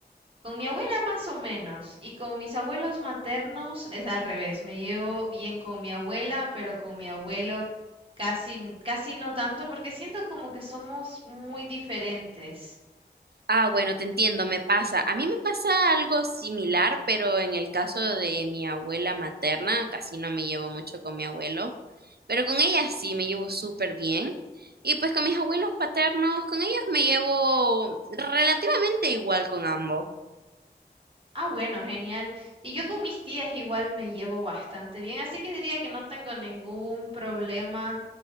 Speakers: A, on the right (about 30°); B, on the right (about 65°).
A: Con mi abuela más o menos, y con mis abuelos maternos es al revés. Me llevo bien con mi abuela, pero con mi abuelo casi, casi no tanto, porque siento como que somos muy diferentes.
B: Ah, bueno, te entiendo, me pasa. A mí me pasa algo similar, pero en el caso de mi abuela materna, casi no me llevo mucho con mi abuelo, pero con ella sí me llevo súper bien. Y pues con mis abuelos paternos, con ellos me llevo relativamente igual con ambos.
A: Ah, bueno, genial. Y yo con mis tías igual me llevo bastante bien, así que diría que no tengo ningún problema